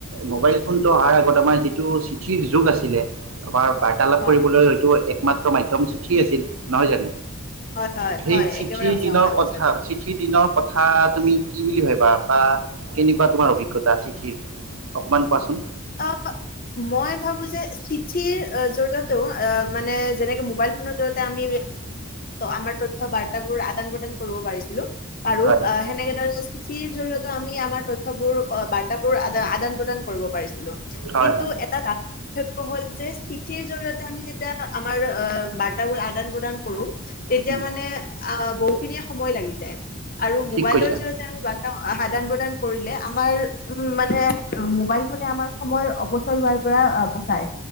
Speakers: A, on the right; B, on the left.
A: মোবাইল ফোনটো অহাৰ আগত আমাৰ যিটো চিঠিৰ যুগ আছিলে আমাৰ বাৰ্তালাপ
B: হয়
A: কৰিবলৈ হয়তো এক মাত্ৰ মাধ্যয়ম চিঠি আছিল নহয় জানো
B: হয় হয়
A: সেই
B: হয়
A: চিঠিৰ
B: একেবাৰে সঁচা
A: দিনৰ কথা
B: কৈছা।
A: চিঠি দিনৰ কথাা তুমি কি বুলি ভাবিবা বা কেনেকুৱা তোমাৰ অভিজ্ঞতা চিঠিৰ অকণমান কোৱাচোন
B: অ মই ভাবো যে চিঠিৰ জৰিয়তেও অ মানে যেনেকে মোবাইল ফোনৰ জৰিয়তে আমি আমাৰ তথ্য বাৰ্তাাবোৰ আদান প্ৰদান কৰিব পাৰিছিলো আৰু
A: হয়
B: সেনেকে দৰে চিঠিৰ জৰিয়তে আমি আমাৰ তথ্য বোৰ বাৰ্তা বোৰ আদান প্ৰদান কৰিব পাৰিছে
A: হয়
B: কিন্তু
A: হয়
B: এটা পাৰ্থক্য হল যে চিঠিৰ জৰিয়তে আমি যেতিয়া আমাৰ আহ বাৰ্তাাবোৰ আদান প্ৰদান কৰো তেতিয়া
A: উম,
B: মানে অ বহুখিনি সময় লাগি যায়। আৰু
A: ঠিক
B: মোবাইলৰ
A: কৈছা
B: জৰিয়তে আমি ৰ্বাতা আদান প্ৰদান কৰিলে আমাৰ উ মানে মোবাইল ফোনে আমাৰ সময় অপচয় হোৱাৰ পৰা বচায়